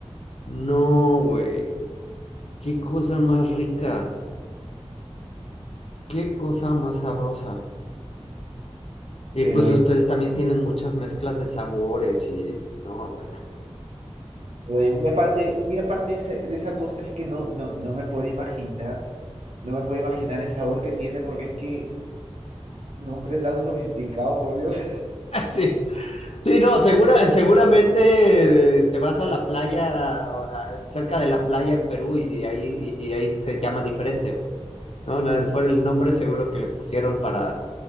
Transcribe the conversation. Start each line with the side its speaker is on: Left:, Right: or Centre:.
Left: No, güey, qué cosa más rica, qué cosa más sabrosa. Y
Right: pero
Left: pues ustedes también tienen muchas mezclas de sabores y, no, bueno.
Right: Pero y muy aparte, muy aparte de esa, de esa costra es que no, no, no me puedo imaginar, no me puedo imaginar el sabor que tiene porque es que un hombre tan sofisticado, por Dios.
Left: <laughs> sí Sí, no, segura, seguramente eh, te vas a la playa, o a- cerca de la playa en Perú y de ahí, y, y ahí se llama diferente, güey. No, no, fue el nombre seguro que le pusieron para,